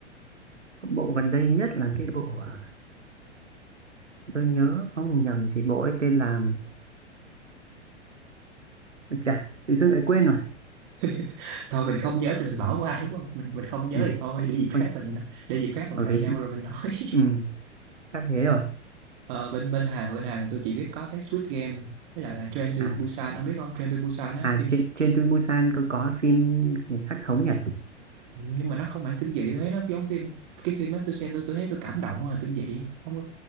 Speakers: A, on the right; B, on the right.
A: có bộ gần đây nhất là cái bộ à, tôi nhớ không nhầm thì bộ ấy tên là Ôi chà tự dưng lại quên rồi
B: <laughs> thôi mình không nhớ thì mình bỏ qua đúng không mình mình không nhớ
A: ừ,
B: thì thôi
A: chà,
B: để dịp khác
A: ôi,
B: mình để dịp khác mình
A: bởi
B: gặp
A: vì
B: nhau rồi mình nói <laughs>
A: ừ, chắc thế rồi
B: Ờ, bên bên Hàn bên Hàn tôi chỉ biết có cái Squid Game với lại là Train to
A: à,
B: Busan ông biết không Train to Busan á
A: à
B: phim
A: trên trên Busan có có phim người xác sống nhỉ
B: Ừ, nhưng mà nó không hẳn kinh dị tôi thấy nó giống phim cái phim đó tôi xem tôi tôi thấy tôi cảm động hơn là kinh dị không có